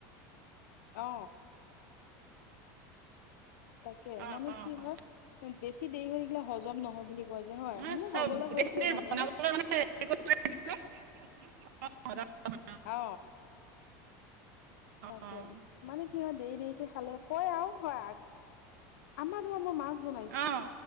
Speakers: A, on the left; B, on the right.
A: অ তাকে
B: অঁ অঁ
A: মানে কি
B: অঁ
A: হয়। বেছি দেৰি হৈ গিলে হজম নহয় বুলি কয় যে হয়
B: মানে
A: মোৰ
B: চব
A: হবলৈ
B: গোটেইখিনি
A: হৈছে মানে
B: বনাবলৈ
A: আৰু।
B: মানে হেৰি কৰি
A: <inaudible>
B: থৈ দিছোঁ <unintelligible>
A: অ। তাকে
B: অঁ
A: মানে কি হয় দেৰি দেৰিকৈ খালে কয় আও হয় আগ আমাৰো আম মাছ বনাইছো।
B: অঁ